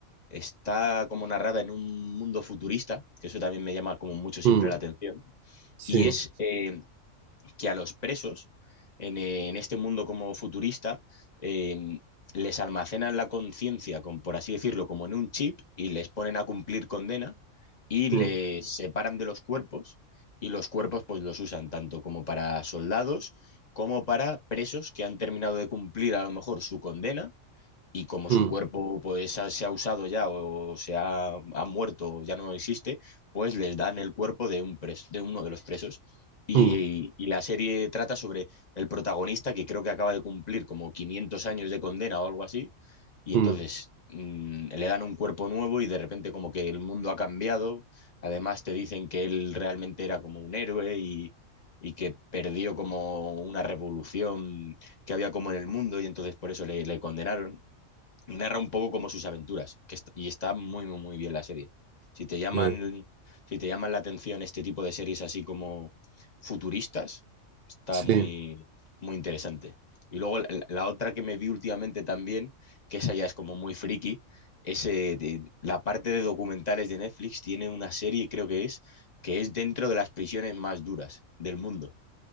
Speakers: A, on the left; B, on the right.
A: está como narrada en un mundo futurista, que eso también me llama como mucho siempre
B: mm,
A: la atención,
B: sí,
A: y es eh, que a los presos, en, eh, en este mundo como futurista, eh, les almacenan la conciencia, con- por así decirlo, como en un chip y les ponen a cumplir condena y les
B: mm,
A: separan de los cuerpos y los cuerpos pues los usan tanto como para soldados como para presos que han terminado de cumplir a lo mejor su condena y como
B: mm,
A: su cuerpo pues ha- se ha usado ya o se ha, ha muerto o ya no existe, pues les dan el cuerpo de un pres- de uno de los presos. Y,
B: mm,
A: y la serie trata sobre el protagonista que creo que acaba de cumplir como 500 años de condena o algo así, y
B: mm,
A: entonces mm, le dan un cuerpo nuevo y de repente como que el mundo ha cambiado. Además te dicen que él realmente era como un héroe y, y que perdió como una revolución que había como en el mundo y entonces por eso le le condenaron y narra un poco como sus aventuras, que est- y está muy, muy, muy bien la serie. Si te llaman,
B: bien,
A: si te llaman la atención este tipo de series así como futuristas, está
B: sí,
A: muy, muy interesante. Y luego la, la otra que me vi últimamente también, que esa ya es como muy friki, es eh, de- la parte de documentales de Netflix tiene una serie, creo que es, que es dentro de las prisiones más duras del mundo.